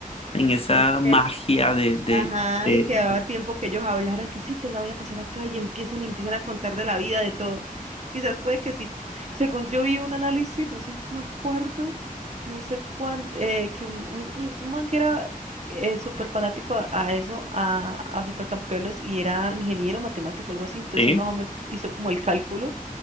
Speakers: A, on the left; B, on the right.
A: en esa
B: Y yo
A: magia
B: decía que-
A: de, de,
B: ajá,
A: de-
B: y quedaba tiempo que ellos hablaran que sí, te la voy a pasar acá y empiezan y empiezan a contar de la vida, de todo. Quizás puede que sí. Según yo vi un análisis, no sé, no me acuerdo, no sé cuán, eh, que un, un, un- un man que era eh, súper fanático a, a eso, a, a Supercampeones, y era ingeniero matemático, algo así, entonces
A: ¿sí?
B: él más o menos hizo como el cálculo